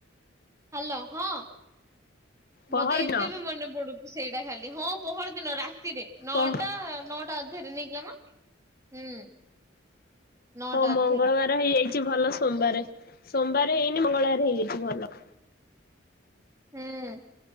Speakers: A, on the right; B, on the left.
A: ହ୍ୟାଲୋ! ହଁ
B: ପହରଦିନ
A: ମତେ ଏବେ ବି ମନେ ପଡୁଛି। ସେଇଟା ଖାଲି ହଁ ପଅର ଦିନ ରାତିରେ ନଅଟା
B: ପହ
A: -ନଅ ତା ଧେରେ ନେଇକିଗମ ହୁଁ ନଅଟା
B: ହଉ
A: ଅଧେରେ
B: ମଙ୍ଗଳବାର ହେଇଯାଇଛି। ଭଲ ସୋମବାର, ସୋମବାର ହେଇନି ମଙ୍ଗଳବାର ହେଇଯାଇଛି ଭଲ
A: ହୁଁ